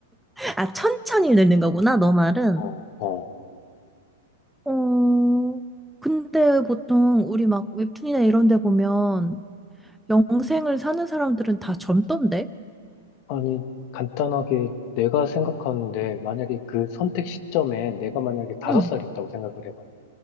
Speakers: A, in the centre; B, on the left.
A: 아, 천천히 늙는 거구나, 너 말은.
B: 어, 어.
A: 어, 근데 보통 우리 막 웹툰이나 이런 데 보면 영생을 사는 사람들은 다 젊던데?
B: 아니, 간단하게 내가 생각하는데 만약에 그 선택 시점에 내가 만약에 다섯
A: 응.
B: 살이었다고 생각을 해봐.